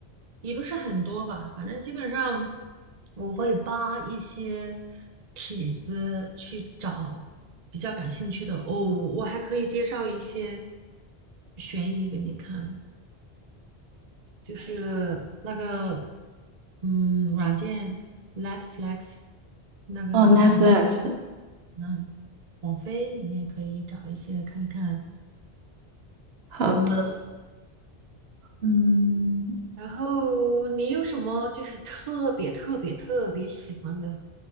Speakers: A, on the right; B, on the right.
A: 也不是很多吧，反正基本上我会扒一些帖子去找比较感兴趣的。哦，我还可以介绍一些悬疑给你看，就是那个嗯软件 n e t f l e x 那个里面，
B: 哦，Netflix，
A: 嗯，网飞里面可以找一些看看，
B: 好的，
A: 嗯。
B: 嗯，
A: 然后你有什么就是特别特别特别喜欢的